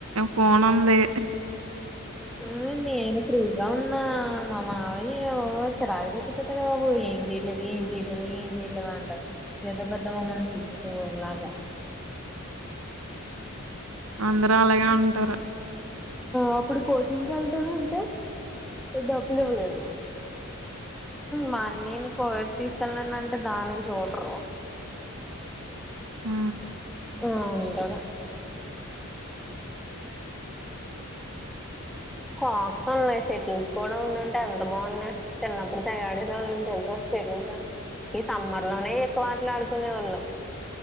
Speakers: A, on the right (about 80°); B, in the centre.
A: ఫోన్ ఉంది
B: ఆ నేను ఫీగా ఉ నా మా మావయ చెరాగ తెప్పించట బాబు ఏం చేయట్లేదు ఏం చేయలేదు ఏం చేయలేదు అంటారు ఏదో పెద్ద మమ్మల్ని చూసేస ఊరలాగా
A: ఆ అందరూ అలాగే ఉంటారు
B: అప్పుడు కోచింగ్కి వెళ్తానంటే డబ్బులు ఇవ్వలేదు మాన్నిేను కోవిడ్ తీసుకెళ్ళన అంటే దానికి చూడరు
A: ఆ
B: ఆ ఉంటగా కాక్స్ ఉన్నాయి షటిల్స్ కూడా ఉన్నాంటే ఎంత బాగున్నాయి్ చిన్నప్పుడు తెగాడేసేవాళ్ళం తెలుసా షెటిల్స్ ఈ సమ్మర్ లోనే ఎక్కువట్లు ఆడుకునే వాళ్ళు